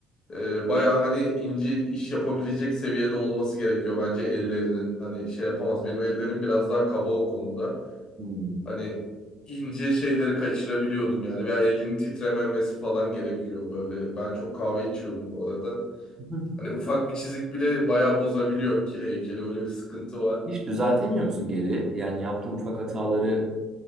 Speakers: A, on the left; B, on the right.
A: e, bayağı hani ince iş yapabilecek seviyede olması gerekiyor bence ellerinin. Hani şey yapamaz. Benim ellerim biraz daha kaba o konuda.
B: hmm.
A: Hani ince şeyleri kaçırabiliyordum yani. Veya elinin titrememesi falan gerekiyor böyle. Ben çok kahve içiyorum bu arada.
B: <laughs>
A: Hani ufak bir çizik bile bayağı bozabiliyor kil heykeli. Öyle bir sıkıntı var.
B: Hiç düzeltemiyor musun geri? Yani yaptığın ufak hataları